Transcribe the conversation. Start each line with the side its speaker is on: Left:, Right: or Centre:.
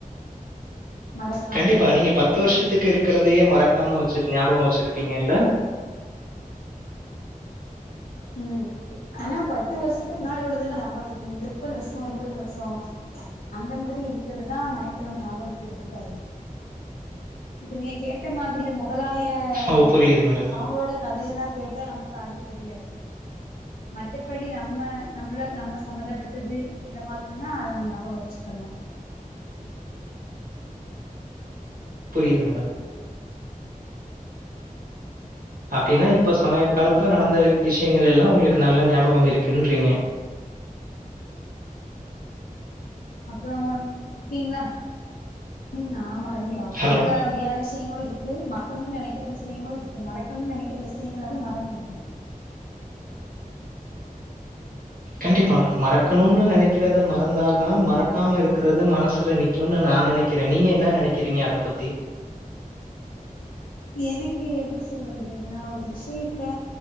Left: மறக்காம
Right: கண்டிப்பா நீங்க பத்து வருஷத்துக்கு இருக்குறது அதயே மறக்காம வச்சு ஞாபகமா வச்சிருப்பீங்கள்ள
Left: உம் ஆனா பத்து வருஷத்துக்கு முன்னாடி உள்ளது எல்லா ஞாபகத்துல இரு முப்பது வருஷோ இருபது வருஷோ அந்த மாரில்லா இருக்குறதுதா மைண்ட்ல வந்து ஞாபகத்ல இருக்காது இப்ப நீங்க கேட்ட மாரி இந்த மொகலாய ஆ
Right: ஓ! புரியுது மேடம்.
Left: அவுங்களோட கதையெல்லா கேட்டா நமக்கு அது தெரியாது மத்தபடி நம்ம நம்மள நம்ம சம்மந்தப்பட்டது அந்த மாதிரில்லா நம்ம ஞாபகம் வச்சுக்கலா
Right: புரியுது மேடம் அப்டினா இப்ப சமீப காலத்ல நடந்த விஷயங்கள் எல்லா உங்களுக்கு நல்லா ஞாபகம் இருக்குன்றீங்க
Left: அப்றோ ஓகேங்ளா உம் ஆமா கண்டிப்பா
Right: ஹலோ!
Left: மறக்க முடியாத விஷயோ விஷயங்களு இருக்கு மறக்கனு நெனக்குற விஷயங்களு இருக்கு மரக்கனு நெனக்கிற விஷயங்களு வந்து மறந்துருவே
Right: கண்டிப்பா மறக்கணும்னு நெனக்கிறத மறந்தால் தா மறக்காம இருக்குறது மனசுல நிக்குமுன்னு நா நெனக்குறே நீங்க என்னா நெனக்குறீங்க அத பத்தி
Left: எனக்கு எப்டி சொல்றது நா ஒரு விஷயத்த